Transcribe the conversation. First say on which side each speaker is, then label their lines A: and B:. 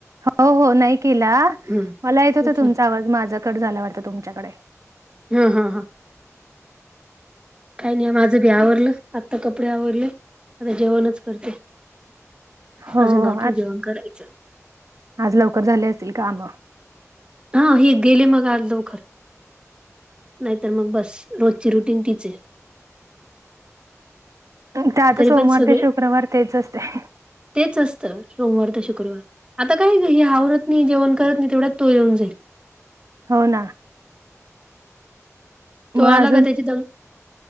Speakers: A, on the right; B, on the right.
A: हो हो नाही केला
B: हम्म, तेच
A: मला येत होता तुमचा
B: ना
A: आवाज माझा कड झाला वाटता तुमच्याकडे
B: हा हा हा काही नाही माझं बी आवरलं आत्ता कपडे आवरले आता जेवणच करते
A: हो
B: अजून बाकी
A: आ
B: आहे जेवण करायचं
A: आज लवकर झाले असतील काम
B: हा हे गेले मग आज लव खर नाहीतर मग बस रोजची रुटीन तीच आहे
A: ते आता
B: तरी
A: सोमवार
B: पण सगळे
A: ते शुक्रवार तेच असते
B: तेच असतं सोमवार ते शुक्रवार आता काय ग ही आवरत नाही जेवण करत नाही तेवढ्यात तो येऊन जाईल
A: हो ना
B: तो
A: मग
B: आला
A: अजून
B: का त्याची दंग